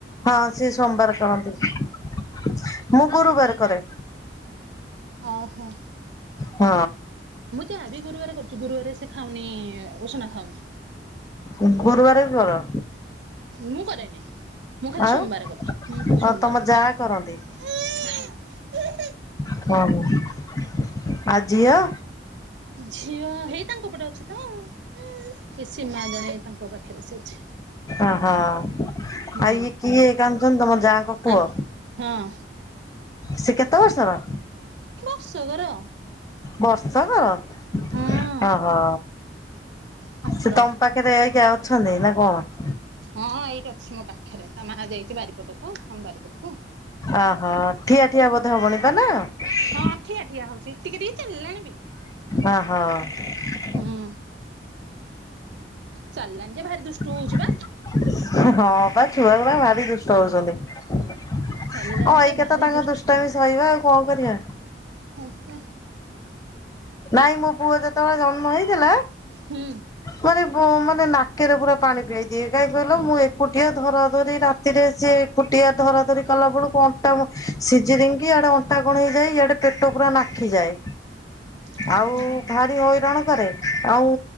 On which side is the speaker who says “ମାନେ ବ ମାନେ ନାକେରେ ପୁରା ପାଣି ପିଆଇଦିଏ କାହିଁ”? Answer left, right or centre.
Left